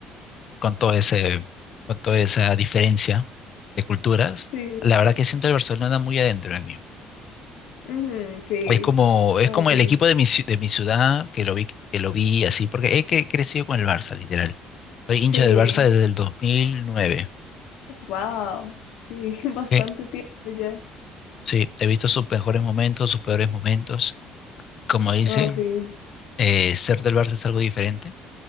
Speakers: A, on the left; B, on the left.
A: con todo ese, con toda esa diferencia de culturas,
B: sí,
A: la verdad que siento el Barcelona muy adentro de mí.
B: ujú, sí,
A: Es como,
B: no,
A: es como
B: sí,
A: el equipo de mi, ci- de mi ciudad que lo vi, que lo vi así, porque he cre- crecido con el Barça, literal. Soy
B: sí,
A: hincha del Barça desde el 2009.
B: wow, sí, <laughs> bastante
A: Sí,
B: tiempo ya.
A: Sí, he visto sus mejores momentos, sus peores momentos. Como dice,
B: No, sí,
A: eh, ser del Barça es algo diferente